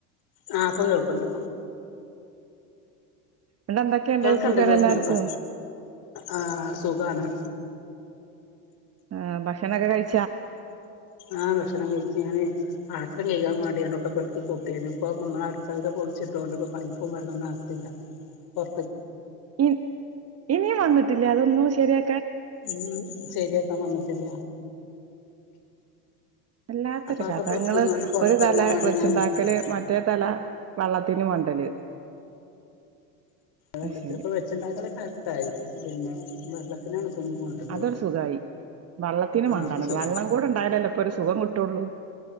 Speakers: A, on the left; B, on the right.
A: ആ ഇപ്പൊ കേൾക്ണ്ട്
B: എന്നിട്ട് എന്തൊക്കെയുണ്ട്
A: കേൾക്ണ്ട്
B: സുഖല്ലേ
A: കേൾക്ണ്ട്
B: എല്ലാർക്കും
A: പ ആ സുഖാണ്
B: ആ ഭക്ഷണൊക്കെ കഴി
A: ആഹ് ഭക്ഷണം കഴിച്ച് ഞാന് ആ പാത്രം കഴ്കാൻ വേണ്ടിയാണ്ടൊക്കെ പെറുക്കി കൂട്ട്യാന് ഇപ്പൊ നമ്മളെ അടുക്കളേടെ പൊളിച്ചിട്ടൊണ്ട് ഇപ്പോ പൈപ്പും വെള്ളൊന്നും അകത്തില്ല പൊറത്ത് ക്‌
B: ഇ ഇനിയും വന്നിട്ടില്ലേ അതൊന്നും ശരിയാ
A: ഉം ശര്യാക്കാൻ വന്നട്ടില്ല
B: വല്ലാത്തൊരു
A: അപ്പൊ അതൊക്കെ
B: കഥങ്ങള്
A: പെറുക്കിയും കൊണ്ട് പുറത്തിറങ്ങാൻ
B: ഒരു തല
A: വേണ്ടി
B: വെച്ച്ണ്ടാക്കല്
A: ഇങ്ങനെ നിൽക്കുവാ
B: മറ്റേ തല വള്ളത്തിന് മണ്ടേല്
A: വെള്ളത്തില്
B: ശരി
A: ഇപ്പ വെച്ച്ണ്ടാക്കല് കഷ്ടായി പിന്നെ വെള്ളത്തിനാണ് ഇപ്പൊ ഇനി കൊണ്ടത്
B: അതോടെ സുഖമായി വെള്ളത്തിനും
A: ആഹ്
B: വേണ്ടന്നല്ല
A: അത് സുഖം
B: വെള്ളം കൂടെ ഉണ്ടായാലല്ലേ ഇപ്പൊ ഒരു സുഖം കിട്ടുള്ളൂ